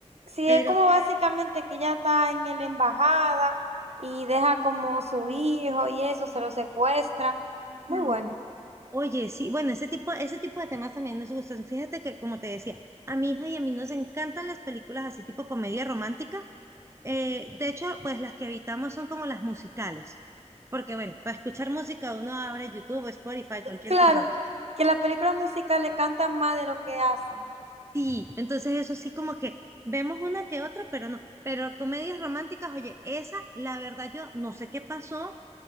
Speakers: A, on the right; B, on the right.
A: Sí,
B: pero,
A: es como básicamente que ella está en la embajada y deja como su hijo y eso, se lo secuestran. Muy buena.
B: ay, oye, sí, bueno, ese tipo, ese tipo de temas también nos gustan. Fíjate que, como te decía, a mi hija y a mí nos encantan las películas así tipo comedia romántica, Eh, de hecho, pues las que evitamos son como las musicales, porque bueno, para escuchar música uno abre YouTube, Spotify, cualquier
A: Claro,
B: cosa, ¿sí?
A: que la película musical le cantan más de lo que hacen.
B: Sí, entonces eso sí como que vemos una que otra, pero no, pero comedias románticas, oye, esa, la verdad yo no sé qué pasó,